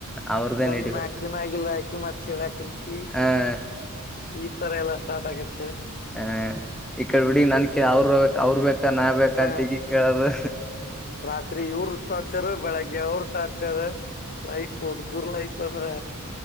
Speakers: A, in the centre; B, on the left.
A: ಅವ್ರದೇ
B: ಬಂದ್
A: ನಡಿಬೇಕು
B: ನಾಕ್ ದಿನ ಆಗಿಲ್ಲ ಹಾಕಿ ಮತ್ ಕೇಳ ಹಾಕಂತ
A: ಹ
B: ಈ ತರ ಎಲ್ಲಾ ಸ್ಟಾರ್ಟ್ ಆಗತ್ತೆ
A: ಆಹ ಈ ಕಡೆ ಬಿಡ ನನ್ ಕ ಅವ್ರ ಅವ್ರ್ ಬೇಕಾ ನಾ ಬೇಕ
B: ಹ
A: ಅಂತಗಿ ಕೇಳದು
B: ರಾತ್ರಿ ಇವ್ರ ಟಾರ್ಚರ್ ಬೆಳಗ್ಗೆ ಅವರು ಟಾರ್ಚರ್ ಲೈಪ್ ಹುಡುಗುರ್ ಲೈಪ್ ಅಂದ್ರ